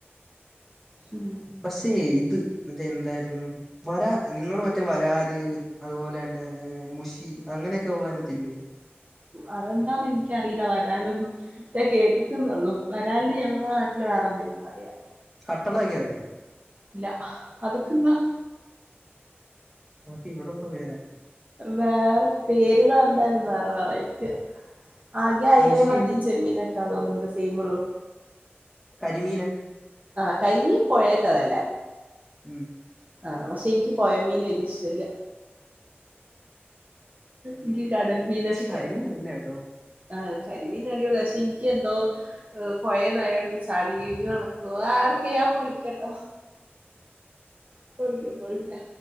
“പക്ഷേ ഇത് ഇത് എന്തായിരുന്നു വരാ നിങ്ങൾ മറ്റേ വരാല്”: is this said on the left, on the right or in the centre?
Centre